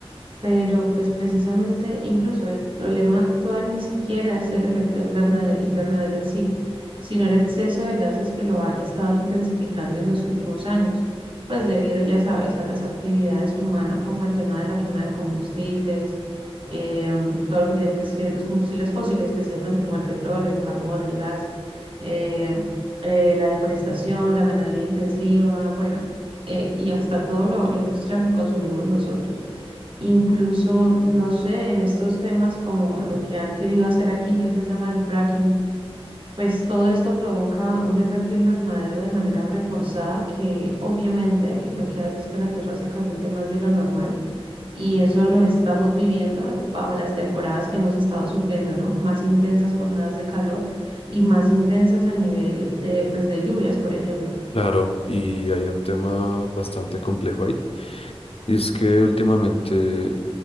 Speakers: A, on the right; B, on the left.
A: pero pues precisamente incluso el problema actual ni siquiera es el efecto invernade- invernadero en sí, sino el exceso de gases que lo han estado intensificando en los últimos años, pues debido, ya sabes, a las actividades humanas como el tema de la quema de combustibles, em, todo lo que tiene pues, que los combustibles fósiles, especialmente como el petróleo, el carbón, el gas, em, eh, la deforestación, la ganadería intensiva, bueno, eh, y hasta todo lo lo industrial que consumimos nosotros. Incluso, no sé, en estos temas como lo que han querido hacer aquí, que es el tema del fracking, pues todo esto provoca un efecto invernadero de manera reforzada que obviamente lo que hace es que la tierra se caliente más de lo normal y eso lo estamos viviendo bajo las temporadas que hemos estado sufriendo, ¿no? Más intensas jornadas de calor y más intensas a nivel, eh, pues, de lluvias, por ejemplo.
B: Claro, y hay un tema bastante complejo ahí. Y es que últimamente